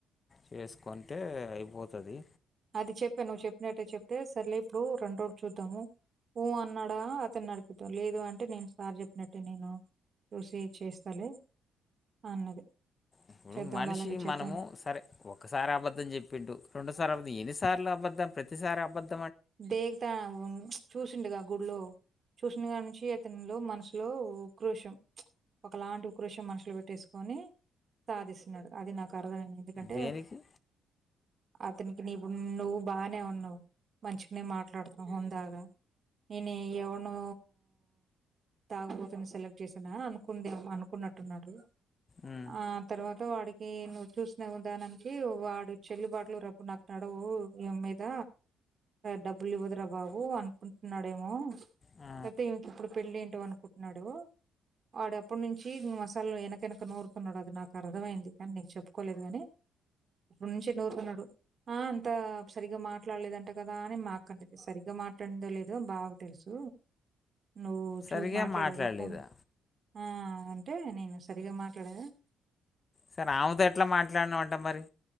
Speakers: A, on the left; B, on the right.
A: చేసుకుంటే అయిపోతది
B: అది చెప్పా నువ్వు చెప్పినట్టే చెప్తే సరలే ఇప్పుడు రెండు రోడ్డు చూద్దాము ఊ అన్నాడా అతన్ని నడిపిద్దాం లేదు అంటే నేను సార్ చెప్పినట్టే నేను చూసి చేస్తాలే అన్నది
A: ఇప్పుడు
B: చేద్దాంలే
A: మనిషి
B: అలాగే చేద్దాంలే.
A: మనము సరే ఒకసారి అబద్ధం చెప్పిండు రెండోసారి అబద్ం ఎన్ని సార్లు అబద్దం ప్రతిసారి అబద్దం
B: దేక్తా చూసిండగా గుడిలో చూశింకాడ్ నుంచి అతనిలో మనసు లో ఉక్రోషం ఒకలాంటి ఉక్రోషం మనుషులు పెట్టేసుకొని సాగదీస్తున్నాడు అది నాక క అర్థమైంది ఎందుకంటే
A: దేనికి
B: అతనికి నీవు నువ్వు బానే ఉనవ్ మంచిగానే మాట్లాడుతా హందాగా నేను ఎవనో తగుబోతుని సెలెక్ట్ చేసానా అనుకుందే అనుకుంటున్నాడు
A: ఉమ్,
B: ఆ తర్వా త వాడికి నువ్వు చూసిన విధానికి వాడు చెల్లిబాటలు రప్పు నాకు నడవు ఏ మీద డబ్బులు ఇవ్వదురా బాబు అనుకుంటున్నాడేమో
A: ఆ,
B: లేకపోతే ఇంక ఇప్పుడు పెళ్లి ఏంటో అనుకుంటున్నాడో ఆడ అప్పడునుంచి ఇ అసల వెనక వెనక నూరుతునాడు అది నాకు అర్థమైంది కానీ నేను చెప్పుకోలేదు గానీ రెండశిక్ నూరుతునాడు ఆ అంతా సరిగా మాట్లాడలేదు అంట కదా అని మొకం తిప్స్ సరిగ్గా మాట్లాడిందో లేదో బాగా తెలుసు నువ్వు
A: సరిగా
B: చూ మాట్లాడావుగా
A: మాట్లాడలేదా
B: ఫోన్ ఆ అంటే నేను సరిగా మాట్లాడేలే
A: సర ఆముతో ఎట్లా మాట్లాడినావ్ అంటా మరి